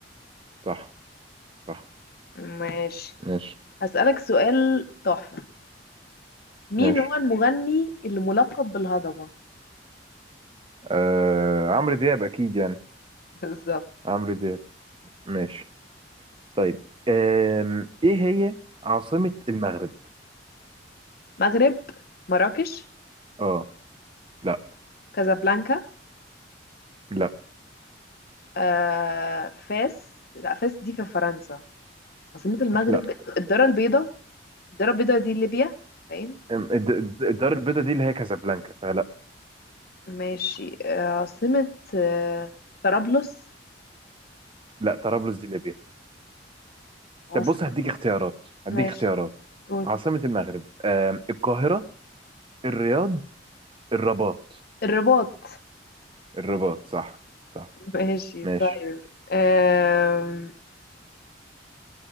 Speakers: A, on the right; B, on the left.
A: صح صح
B: ماشي
A: ماشي
B: هسألك سؤال تحفة مين
A: ماشي
B: هو المغني اللي ملقب بالهضبة
A: آه... عمرو دياب أكيد يعني
B: <laughs> بالظبط
A: عمرو دياب ماشي طيب أم... إيه هي عاصمة المغرب
B: مغرب مراكش
A: اه لا
B: كازابلانكا
A: لا
B: آه، فاس لا فاس دي في فرنسا عاصمة المغرب
A: لا
B: الدارة البيضاء الدارة البيضاء دي ليبيا باين
A: أم، الد- الد- الدار البيضاء دي اللي هي كازابلانكا فلا
B: ماشي آه، عاصمة آه، طرابلس
A: لا طرابلس دي ليبيا
B: عاصمة
A: طب بص هديك اختيارات هديك
B: ماشي
A: اختيارات
B: قول
A: عاصمة المغرب آم، القاهرة الرياض الرباط
B: الرباط
A: الرباط صح صح
B: ماشي
A: ماشي
B: طيب آم،